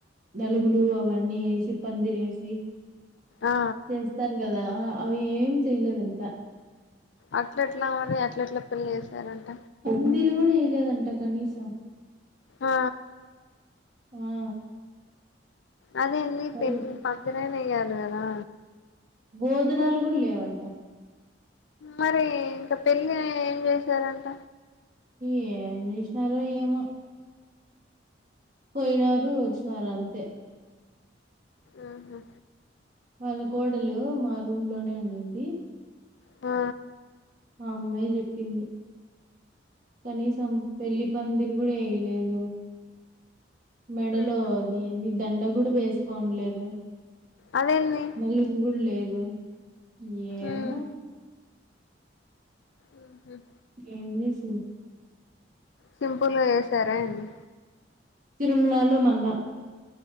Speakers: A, on the right; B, on the left.
A: నలుగురు అవన్నీ వేసి పందిరి వేసి
B: ఆ
A: చేస్తారు కదా అవేం దంతా
B: అట్ల ఎట్లా మరి అట్ల ఎట్లా పెళ్లి చేసారంట
A: పందిరి కూడా వేయలేదంట కనీసం
B: ఆ
A: ఆ
B: అదే ఎందు ఇ
A: వాళ్ళు
B: పెళ్లి పంది నా ఎయ్యాలి కదా
A: భోజనాలు కూడా లేవంట
B: మరి ఇంకా పెళ్ళి ఏం చేసారంట
A: ఏం చేసినారో ఏమో పోయినారు వచ్చి నారు అంతే
B: ఆహ
A: వాళ్ళ కోడలు మా రూమ్ లోనే ఉండండి
B: ఆ
A: ఆ అమ్మాయి చెప్పింది. కనీసం పెళ్లి పందిర్. రీ కూడా ఏయ్లేదు. మెడలో
B: ఉహు
A: అది ఏందీ దండ కూ. ఎప్పుడ్ వేసుకోంన్లేదు.
B: అదేంది
A: నాల్గురు లేరూ. <unintelligible> యేమో.
B: ఉమ్ ఉహుమ్.
A: ఏం చేసిన్రేర్.
B: సింపుల్గా ఏసారా అన్ని.
A: తిరుమలాలో మళ్ళ.